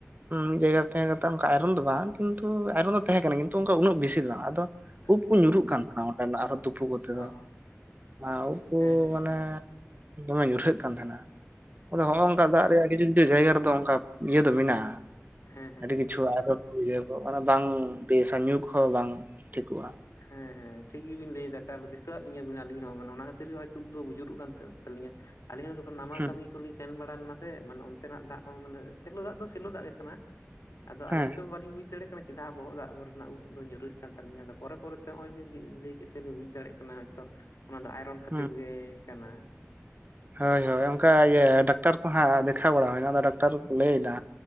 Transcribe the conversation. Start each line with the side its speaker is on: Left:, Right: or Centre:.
Right: ᱢᱤᱫ ᱡᱟᱭᱜᱟ ᱨᱮ ᱛᱟᱦᱮ ᱠᱟᱛᱮ ᱚᱱᱠᱟ ᱟᱭᱨᱚᱱ ᱫᱚ ᱵᱟᱝ ᱠᱤᱱᱛᱩ ᱟᱭᱨᱚᱱ ᱫᱚ ᱛᱟᱦᱮ ᱠᱟᱱᱟ ᱠᱤᱱᱛᱩ ᱩᱱᱟᱹᱜ ᱵᱮᱥᱤ ᱫᱚ ᱵᱟᱝ ᱟᱫᱚ
Left: ᱟᱪᱪᱷᱟ
Right: ᱩᱵ ᱠᱚ
Left: ᱟᱪᱪᱷᱟ
Right: ᱧᱩᱨᱩᱜ ᱠᱟᱱ ᱟᱨ ᱚᱴᱮᱱᱟᱜ ᱟᱨᱦᱚ ᱛᱩᱯᱩ ᱠᱚᱛᱮ
Left: ᱚ
Right: ᱫᱚ ᱟᱨ ᱩᱵᱠᱩ
Left: ᱦᱮᱸ ᱦᱮᱸ
Right: ᱢᱟᱱᱮ
Left: ᱦᱮᱸ ᱦᱮᱸ
Right: ᱫᱚᱢᱮ ᱧᱩᱨᱦᱟᱹᱜ ᱠᱟᱱ ᱛᱟᱦᱮᱱᱟ ᱟᱫᱚ
Left: ᱚ
Right: ᱦᱚ-ᱚᱝᱠᱟ ᱫᱟᱜ ᱨᱮᱭᱟᱜ <unintelligible> ᱠᱤᱪᱩ ᱡᱟᱭᱜᱟ ᱨᱮᱫᱚ ᱚᱱᱠᱟ ᱤᱭᱟᱹ ᱫᱚ ᱢᱮᱱᱟᱜ-ᱟ᱾
Left: ᱦᱮᱸ ᱦᱮᱸ
Right: ᱟᱰᱤ
Left: ᱦᱮᱸ
Right: ᱠᱤᱪᱷᱩ ᱟᱭᱨᱚᱱ ᱠᱚ ᱤᱭᱟᱹ ᱠᱩ ᱢᱟᱱᱮ ᱵᱟᱝ ᱵᱮᱥᱟ ᱧᱩ ᱠᱚᱦᱚ ᱵᱟᱝ ᱴᱷᱤᱠᱚᱜ-ᱟ᱾
Left: ᱦᱮᱸ ᱦᱮᱸ ᱴᱷᱤᱠ ᱜᱮᱵᱤᱱ ᱞᱟᱹᱭᱫᱟ ᱠᱟᱨ ᱫᱤᱥᱟᱹᱣᱟᱫ ᱞᱤᱧᱟᱹ ᱵᱤᱱ ᱟᱹᱞᱤᱧ ᱦᱚᱸ ᱢᱟᱱᱮ ᱚᱱᱟ ᱠᱷᱟᱹᱛᱤᱨ ᱜᱮ ᱦᱚᱭᱛᱳ ᱩᱵ ᱫᱚ ᱵᱩᱡᱩᱨᱚᱜ ᱠᱟᱱ ᱛᱟᱞᱤᱧᱟ᱾ ᱟᱹᱞᱤᱧ ᱦᱚᱸ ᱡᱚᱠᱷᱚᱱ ᱱᱟᱢᱟᱞ
Right: ᱦᱩᱸ
Left: ᱠᱟᱢᱤ ᱠᱚᱞᱤᱧ ᱥᱮᱱ ᱵᱟᱲ ᱞᱮᱱᱟ ᱥᱮ᱾ ᱢᱟᱱᱮ ᱚᱱᱛᱮᱱᱟᱜ ᱫᱟᱜ ᱦᱚᱸ ᱢᱟᱱᱮ ᱥᱮᱞᱚ ᱫᱟᱜ ᱫᱚ ᱥᱮᱞᱚ ᱫᱟᱜ ᱜᱮ ᱠᱟᱱᱟ᱾ ᱟᱫᱚ
Right: ᱦᱮᱸ
Left: ᱟᱞᱤᱧ ᱛᱚ ᱵᱟᱞᱤᱧ ᱵᱩᱡ ᱫᱟᱲᱮᱜ ᱠᱟᱫᱟ ᱪᱮᱫᱟᱜ ᱵᱚᱦᱚᱜ ᱫᱟᱜ ᱨᱮᱱᱟᱜ ᱩᱵ ᱫᱚ ᱧᱩᱨᱩᱜ ᱠᱟᱱ ᱛᱞᱤᱧᱟ᱾ ᱟᱫᱚ ᱯᱚᱨᱮ ᱯᱚᱨᱮᱛᱮ ᱦᱚᱸᱜ-ᱚᱭ ᱵᱤᱱ ᱞᱟᱹᱭ ᱠᱮᱫ ᱛᱮ ᱞᱤᱧ ᱵᱩᱡ ᱫᱟᱲᱮᱭᱟᱜ ᱠᱟᱱᱟ ᱦᱚᱭᱛᱚ ᱚᱱᱟ ᱫᱚ ᱟᱭᱨᱚᱱ ᱠᱷᱟᱹᱛᱤᱨ
Right: ᱦᱩᱸ
Left: ᱜᱮ ᱠᱟᱱᱟ᱾
Right: ᱦᱳᱭ ᱦᱳᱭ ᱚᱱᱠᱟ ᱤᱭᱟᱹ ᱰᱟᱠᱛᱟᱨ ᱠᱚ ᱦᱟᱜ ᱫᱮᱠᱷᱟᱣ ᱵᱟᱲᱟ ᱦᱩᱭᱱᱟ ᱟᱫᱚ ᱰᱟᱠ ᱴᱟᱨ ᱠᱚᱠᱚ ᱞᱟᱹᱭ
Left: ᱦᱮᱸ
Right: ᱮᱫᱟ